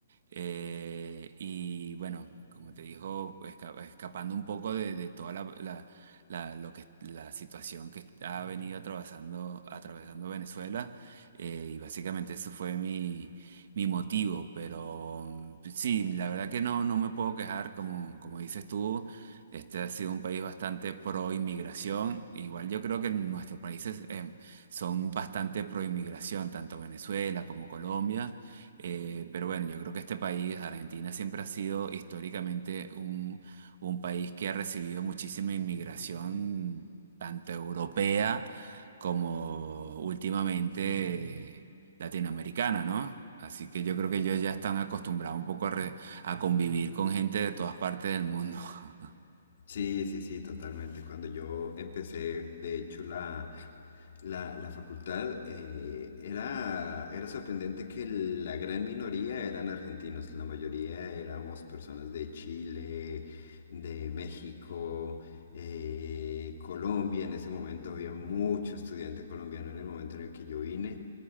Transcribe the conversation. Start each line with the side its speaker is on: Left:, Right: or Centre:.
Right: Eh, y bueno, como te dijo, esca- escapando un poco de, de toda la, la- la- lo que, la situación que ha venido atravesando, atravesando Venezuela. Eh, y básicamente eso fue mi, mi motivo, pero mm, pues sí, la verdad que no, no me puedo quejar, como, como dices tú, este ha sido un país bastante pro inmigración, igual yo creo que nuestros países em, son bastante pro inmigración, tanto Venezuela como Colombia, Eh, pero bueno, yo creo que este país, Argentina, siempre ha sido históricamente un, un país que ha recibido muchísima inmigración, tanto europea, como últimamente latinoamericana, ¿no? Así que yo creo que ellos ya están acostumbrados un poco a, re- a convivir con gente de todas partes del mundo. <laughs>
Left: Sí, sí, sí, totalmente. Cuando yo empecé, de hecho, la, la, la facultad, eh, era, era sorprendente que la gran minoría eran argentinos, la mayoría éramos personas de Chile, de México, eh, Colombia. En ese momento había mucho estudiante colombiano en el momento en el que yo vine